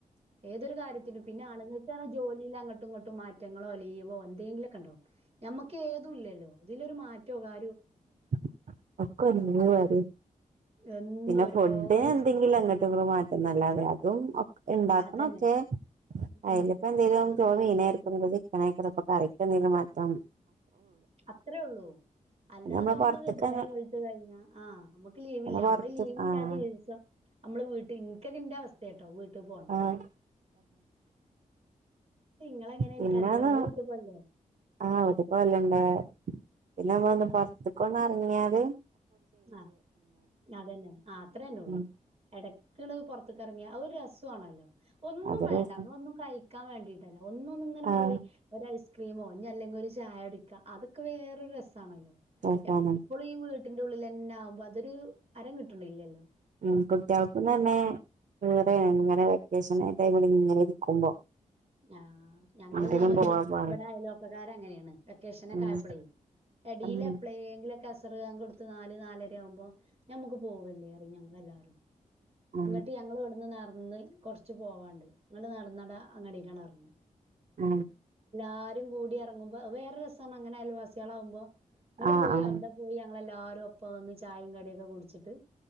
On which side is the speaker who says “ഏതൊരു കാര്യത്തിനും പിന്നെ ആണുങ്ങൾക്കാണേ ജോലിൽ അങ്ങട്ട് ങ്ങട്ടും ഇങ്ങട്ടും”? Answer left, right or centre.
Right